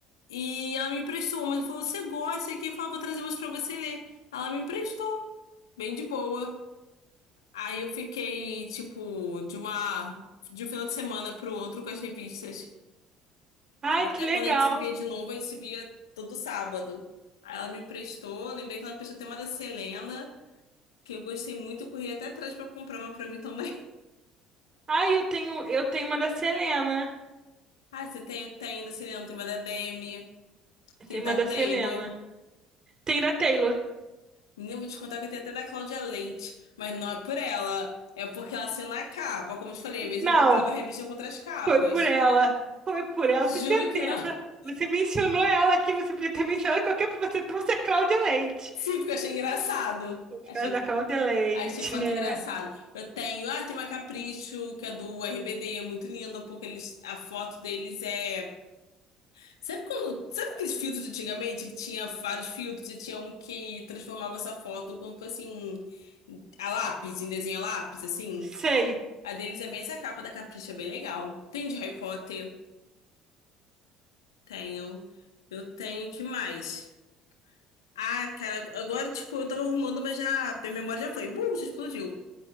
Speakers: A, on the left; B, on the right.
A: e ela me emprestou umas. Ela falou, você gosta? E quem falou, vou trazer umas pra você ler. Ela me emprestou, bem de boa. Aí eu fiquei, tipo, de uma, de um final de semana pro outro com as revistas.
B: Ai,
A: Que era
B: que
A: Até
B: legal.
A: quando a gente se via de novo, a gente se via todo sábado. Aí ela me emprestou, lembrei que ela me emprestou até uma da Selena, que eu gostei muito, corri até atrás pra comprar uma pra mim também. <laughs>
B: Ai, eu tenho, eu tenho uma da Selena.
A: Ah, você tem, tem da Selena, tem uma da Demi,
B: Eu
A: tem
B: tenho
A: da
B: uma da
A: Taylor.
B: Selena. Tem da Taylor.
A: Menina, eu vou te contar que eu tenho até da Cláudia Leite, mas não é por ela. É porque ela saiu na capa. Como eu te falei, às vezes
B: Não,
A: eu comprava a revista com outras capas.
B: foi por ela. Foi por ela,
A: Juro
B: tenho certeza.
A: que não. <laughs>
B: Você mencionou ela aqui, você podia ter mencionado qualquer. Você trouxe a Cláudia Leite.
A: Sim, porque eu achei engraçado.
B: Por
A: Achei,
B: causa da Cláudia Leite,
A: achei foto
B: né?
A: engraçado. Eu tenho, ah, tem uma Capricho, que é do RBD, muito linda, porque eles, a foto deles é. Sabe quando. Sabe aqueles filtros de antigamente que tinha vários filtros e tinha um que transformava essa foto como se fosse assim, a lápis, em desenho a lápis, assim?
B: Sei.
A: A deles é bem essa capa da Capricha, é bem legal. Tem de Harry Potter? Tenho. Eu tenho, que mais? Ah, cara, agora, tipo, eu tava arrumando, mas já, minha memória já foi. Uh, já explodiu.